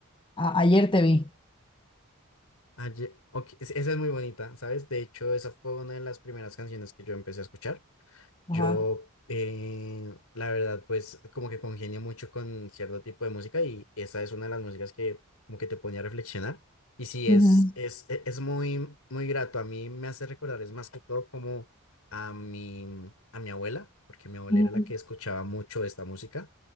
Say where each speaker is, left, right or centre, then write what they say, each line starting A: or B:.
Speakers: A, on the left; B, on the left.
A: A- Ayer Te Vi.
B: Aye- ok, es- Esa es muy bonita, ¿sabes? De hecho, esa fue una de las primeras canciones que yo empecé a escuchar.
A: Ajá.
B: Yo, eh, la verdad, pues como que congenio mucho con cierto tipo de música y esa es una de las músicas que como que te pone a reflexionar. Y sí,
A: Ujú,
B: es, es, e- es muy, muy grato. A mí me hace recordar, es más que todo como a mi, a mi abuela, porque mi abuela
A: ujú,
B: era la que escuchaba mucho esta música.